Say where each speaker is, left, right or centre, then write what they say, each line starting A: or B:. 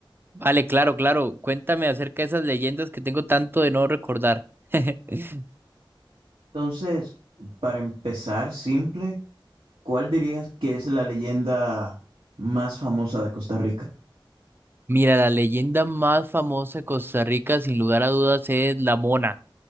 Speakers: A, on the right; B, on the right.
A: Vale, claro, claro. Cuéntame acerca de esas leyendas que tengo tanto de no recordar. <laughs>
B: Entonces, para empezar simple, ¿cuál dirías que es la leyenda más famosa de Costa Rica?
A: Mira, la leyenda más famosa de Costa Rica, sin lugar a dudas, es la Mona.